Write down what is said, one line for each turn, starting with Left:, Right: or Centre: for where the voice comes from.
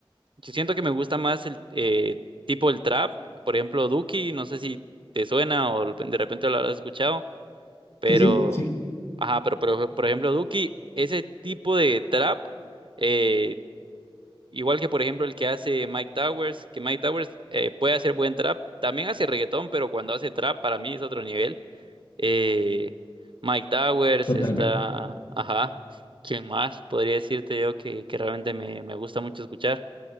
Right: yo siento que me gusta más el eh, tipo el trap, por ejemplo, Duki, no sé si te suena o de repente lo habrás escuchado. Pero,
Left: Sí, sí, sí,
Right: ajá, pero, pero, por ejemplo, Duki, ese tipo de trap, eh, igual que por ejemplo el que hace Mike Towers, que Mike Towers eh, puede hacer buen trap, también hace reggaetón, pero cuando hace trap para mí es otro nivel. Eh, Mike Towers
Left: totalmente.
Right: está, ajá, ¿quién más? Podría decirte yo que, que realmente me, me gusta mucho escuchar.